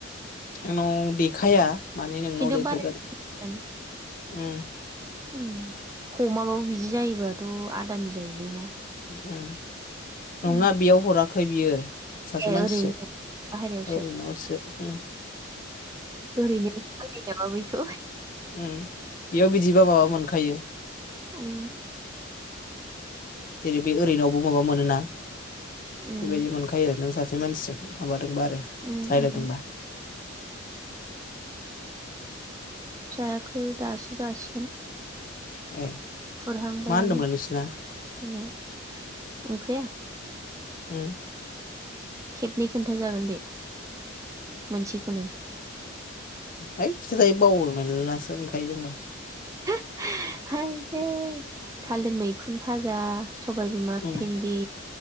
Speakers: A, on the left; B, on the right.
A: आंनाव देखाया। माने नोंनाव
B: खिन्थु
A: देखायगोन
B: बाराय <unintelligible>
A: उम।
B: उम हमाबाबो बिदि जायोबाथ' आदानि जायोलै ना?
A: उम। नङा
B: उम
A: बेयाव हरा खै बियो सासे
B: ए
A: मानसिसो
B: ओरैनो बाहेरायावसो
A: ओरैनावसो उम
B: ओरैनो <unintelligible> खौ।
A: उम बेयाव बिदिबा माबा मोनखायो।
B: उम
A: जेरै बै ओरैनावबो माबा मोनोना
B: उम
A: बेबायदि मोनखायो नोंसो सासे मानसि माबा दोंबा आरो रनायलायदोंबा
B: उम उम जायाखै दासो जासिगोन।
A: ए
B: खुरहांबायानो
A: मा होनदोंमोनलाय नोंसिना
B: <inaudible> ओंखिया?
A: उम।
B: खेब नै खोन्था जागोन बे मोनसेखोनो
A: हैओइ खिथ जायो बावो मेलला सोंओंखायो जोंबा।
B: <unintelligible> थालिर मैखुन भाजा। सबाय बिमा
A: उम
B: भिन्दि